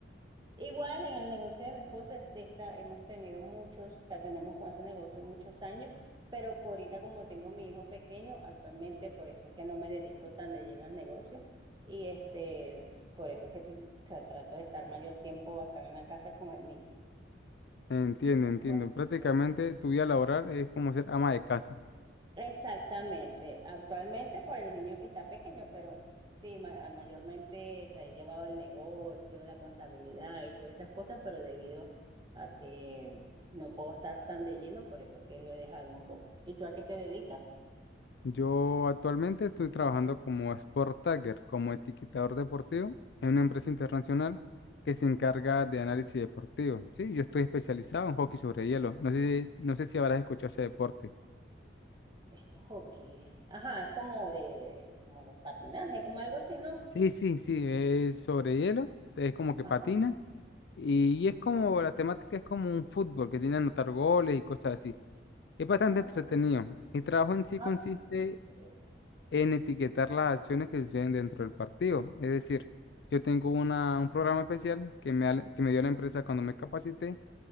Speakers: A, on the right (about 25°); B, on the left (about 60°).
A: Igual en el negocio de mi esposo es de esta, hemos tenido muchos, o sea, tenemos con ese negocio muchos años, pero co- ahorita como tengo mi hijo pequeño, actualmente por eso es que no me dedico tan de lleno al negocio y este, por eso es que estoy- o sea, trato de estar mayor tiempo acá en la casa con el niño.
B: Entiendo,
A: Entonces,
B: entiendo. Prácticamente tu vida laboral es como ser ama de casa.
A: Exactamente, actualmente por el niño que está pequeño, pero sí, ma- mayormente se ha llevado el negocio, la contabilidad y todas esas cosas, pero debido a que no puedo estar tan de lleno, por eso es que lo he dejado un poco. ¿Y tú a qué te dedicas?
B: Yo actualmente estoy trabajando como Sport Tagger, como etiquetador deportivo en una empresa internacional que se encarga de análisis deportivo. Sí, yo estoy especializado en hockey sobre hielo. No sé, si- no sé si habrás escuchado ese deporte.
A: Hockey. Ajá, es como de, de- como patinaje, como algo así, ¿no?
B: Sí, sí, sí, es sobre hielo, es como que
A: Ajá.
B: patina y es como la temática es como un fútbol que tiene que anotar goles y cosas así. Es bastante
A: Ah,
B: entretenido. Mi trabajo en sí
A: ah,
B: consiste
A: sí.
B: en etiquetar las acciones que suceden dentro del partido. Es decir, yo tengo una, un programa especial que me, da- que me dio la empresa cuando me capacité